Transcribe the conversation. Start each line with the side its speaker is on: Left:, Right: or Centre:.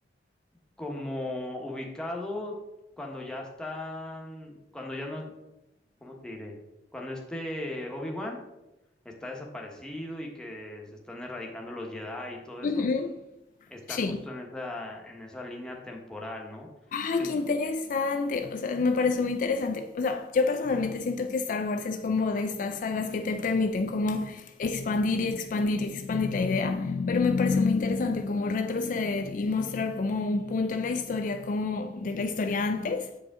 Centre: como ubicado cuando ya están, cuando ya no, ¿cómo te diré? Cuando este Obi-Wan está desaparecido y que se están erradicando los Jedi y todo eso
Left: Ujú.
Centre: está
Left: Sí.
Centre: justo en esa, en esa línea temporal, ¿no? Ent-
Left: Ay, qué interesante. O sea, me parece muy interesante. O sea, yo personalmente siento que Star Wars es como de estas sagas que te permiten como expandir y expandir y expandir la idea, pero me parece muy interesante como retroceder y mostrar como un punto en la historia, como de la historia antes